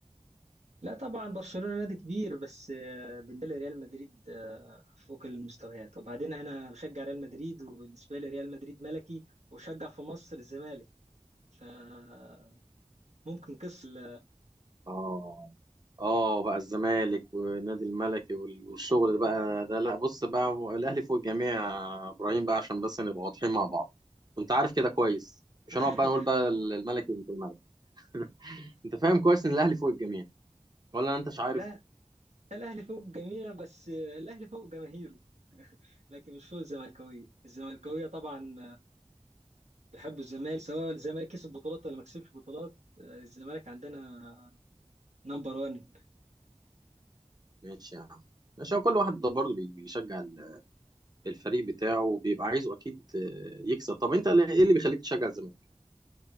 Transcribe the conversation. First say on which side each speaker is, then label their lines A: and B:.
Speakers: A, on the right; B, on the right.
A: لا طبعا برشلونة نادي كبير بس آه، بالنسبة لي ريال مدريد آه، فوق المستويات وبعدين أنا بشجع ريال مدريد وبالنسبة لي ريال مدريد ملكي وشجع في مصر الزمالك فممكن قصة ال-
B: اه اه بقى الزمالك والنادي الملكي وال- والشغل بقى ده لا بص بقى هو الاهلي فوق الجميع يا ابراهيم بقى عشان بس نبقى واضحين مع بعض انت عارف كده كويس مش
A: <laughs>
B: هنقعد بقى نقول بقى الملكي وانت الملك <laughs> انت فاهم كويس ان الاهلي فوق الجميع ولا انت مش عارف
A: لا الأهلي فوق الجميع بس آه، الأهلي فوق جماهيره لكن مش فوق الزمالكوية الزمالكوية طبعا بحب الزمالك سواء الزمالك كسب بطولات ولا ما كسبش بطولات آه، الزمالك عندنا نمبر 1
B: ماشي يا عم ماشي هو كل واحد ده برضه بي- بيشجع ال- الفريق بتاعه وبيبقى عايزه اكيد آه، يكسب طب انت ليه- ايه اللي بيخليك تشجع الزمالك